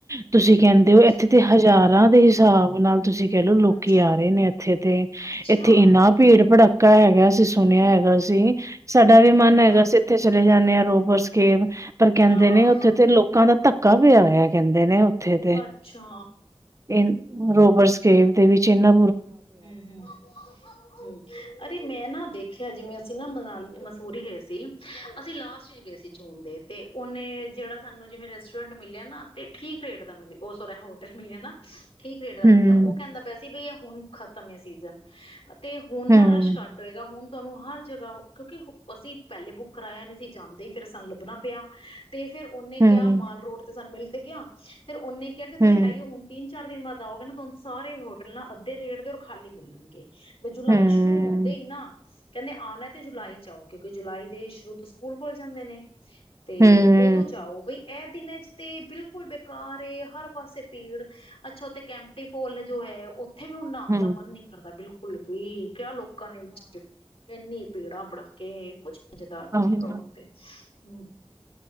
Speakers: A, on the right; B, on the left.
A: ਤੁਸੀਂ ਕਹਿੰਦੇ
B: ਅੱਛਾ
A: ਹੋ ਇੱਥੇ ਤੇ ਹਜ਼ਾਰਾਂ
B: ਹਮ
A: ਦੇ ਹਿਸਾਬ ਨਾਲ ਤੁਸੀਂ ਕਹਿਲੋ ਲੋਕੀ
B: ਅੱਛਾ
A: ਆ ਰਹੇ ਨੇ ਇੱਥੇ ਤੇ
B: ਅੱਛਾ
A: ਇੱਥੇ ਇੰਨਾ ਭੀੜ-ਭੜਾਕ ਭੜਕਾ ਹੈਗਾ। ਅਸੀਂ ਸੁਣਿਆ ਹੈਗਾ ਸੀ ਸਾਡਾ
B: ਹਮ
A: ਵੀ ਮਨ ਹੈਗਾ ਅਸੀਂ ਇੱਥੇ ਚਲੇ ਜਾਂਨੇ ਹਾਂ। ਰੋਬਰਸ ਕੇਬ ਪਰ ਕਹਿੰਦੇ
B: ਹਾਂ ਹਾਂ
A: ਨੇ ਉੱਥੇ ਤੇ ਲੋਕਾਂ ਦਾ ਧੱ ਧੱਕਾ ਪਿਆ ਹੋਇਆ ਕਹਿੰਦੇ ਨੇ ੳਥੇ ਦੇ
B: ਅੱਛਾ
A: ਇਹ ਰੋਬਰਸ <unintelligible> ਦੇ ਵਿੱਚ ਇਨਾ।
B: ਹੂੰ-ਹੂੰ-ਹੂੰ, ਅਰੇ ਮੈਂ ਨਾ ਦੇਖਿਆ ਜਿਵੇਂ ਅਸੀਂ ਨਾ ਮਨਾਲੀ ਮਸੂਰੀ ਗਏ ਸੀ, ਅਸੀਂ ਲਾਸਟ ਚ ਗਏ ਸੀ ਜੂਨ ਦੇ ਤੇ ਉਹਨੇ ਜਿਹੜਾ ਸਾਨੂੰ ਜਿਵੇਂ ਰੈਸਟੋਰੈਂਟ ਮਿਲਿਆ ਨਾ ਤੇ ਠੀਕ ਰੇਟ ਦਾ ਮਿਲਿਆ ਉਹ ਸੋਰੀ ਹੋਟਲ ਮਿਲਿਆ ਨਾ। ਠੀਕ ਰੇਟ ਦਾ
A: ਹੂੰ,
B: ਮਿਲ ਗਿਆ ਉਹ ਕਹਿੰਦਾ ਪਿਆ ਸੀ ਬਈ। ਹੂਨ। ਖ਼ਤਮ ਹੈ ਸੀਜ਼ਨ। ਤੇ ਹੁਣ
A: ਹੂੰ,
B: ਨਾ ਰਸ਼ ਘੱਟ ਹੋਏਗਾ ਹੁਣ। ਤੁਹਾਨੂੰ ਹਰ ਜਗ੍ਹਾ ਕਿਉਂਕਿ ਅਸੀਂ ਪਹਿਲੇ ਬੁੱਕ ਕਰਾਇਆ ਨਹੀਂ ਸੀ ਜਾਂਦੇ ਹੀ ਫੇਰ ਸਾਨੂੰ ਲੱਭਣਾ ਪਿਆ। ਤੇ ਫੇਰ ਉਹਨੇ
A: ਹੂੰ,
B: ਕਿਹਾ ਮਾਲ
A: ਹੂੰ,
B: ਰੋਡ ਤੇ ਸਾਨੂੰ ਮਿਲ। ਤੇ ਗਿਆ ਫੇਰ ਉਹਨੇ। ਕ ਕਿਹਾ ਕਿ ਤੁਸੀਂ
A: ਹੂੰ,
B: ਆਈਓ ਹੁਣ ਤਿੰਨ। ਚਾਰ ਦਿਨ ਬਾਅਦ ਆਉਗੇ ਨਾ ਤੁਹਾਨੂੰ ਸਾਰੇ ਹੋਟਲ ਨਾ ਅੱਧੇ ਰੇਟ। ਅਧਿਕਤਰ ਖਾਲੀ ਮਿਲਣਗੇ। ਬਸ ਜੁਲਾਈ
A: ਹੂੰ,
B: ਸ਼ੁਰੂ ਹੁੰਦੇ ਹੀ ਨਾ। ਕਿਹੜੇ ਆ ਆਉਣਾ ਤੇ ਜੁਲਾਈ ਚ ਆਓ ਕਿਉਂਕਿ ਜੁਲਾਈ। ਦੇ ਸ਼ੁਰੂ ਤੋਂ ਸਕੂਲ ਖੋਲ ਜਾਂਦੇ ਨੇ। ਤੇ
A: ਹੂੰ,
B: ਉਦੋਂ ਜਾਓ ਬਈ। ਇਹ ਦਿਨਾਂ ਚ ਤੇ ਬਿਲਕੁਲ ਬੇਕਾਰ ਹੈ ਹਰ ਪਾਸੇ ਭੀੜ ਅੱਛਾ ਉੱਥੇ ਕੈਂਪਟੀ ਫੋਲ ਜੋ ਹੈ ਉੱਥੇ ਵੀ ਹ। ਦਾ
A: ਹੂੰ।
B: ਮਨ ਨੀ ਕਰਦਾ ਬਿਲਕੁਲ। ਕੁੁੱਲਬੀ ਕਿਆ ਲੋਕ। ਕਣ ਵਿੱਚ ਇੰਨੀ। ਪੀੜਾ ਭੜਕੇ ਕੁਛ। ਸਮਝਦਾਰਨੀ
A: ਹਾਂ,
B: ਹੈ ਕਵਣ ਤੇ। ਹਮ।